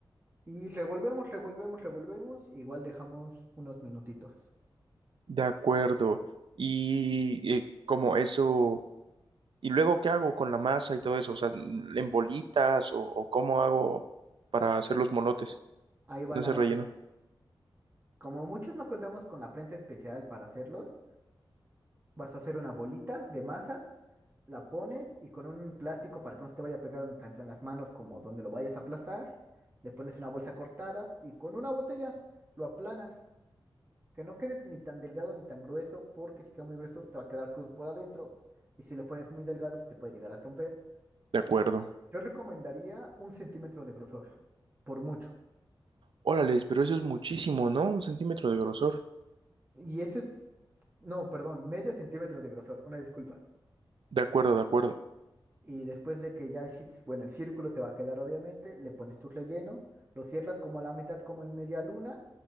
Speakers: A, on the right; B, on the right.
A: Y revolvemos, revolvemos, revolvemos. Igual dejamos unos minutitos.
B: De acuerdo. Y eh, como eso... ¿Y luego qué hago con la masa y todo eso? O sea, ¿en bolitas o, o cómo hago para hacer los molotes
A: Ahí
B: con
A: va la
B: ese relleno?
A: magia. Como muchos no contamos con la prensa especial para hacerlos, vas a hacer una bolita de masa la pones y con un plástico para que no se te vaya pegando tanto en las manos como donde lo vayas a aplastar, le pones una bolsa cortada y con una botella lo aplanas, que no quede ni tan delgado ni tan grueso, porque si queda muy grueso te va a quedar cruz por adentro y si lo pones muy delgado se te puede llegar a romper.
B: De acuerdo.
A: Yo recomendaría un centímetro de grosor, por mucho.
B: Órales, pero eso es muchísimo, ¿no? Un centímetro de grosor.
A: Y ese es, no, perdón, medio centímetro de grosor, una disculpa.
B: De acuerdo, de acuerdo.
A: Y después de que ya hiciste, bueno, el círculo te va a quedar obviamente, le pones tu relleno, lo cierras como a la mitad, como en media luna.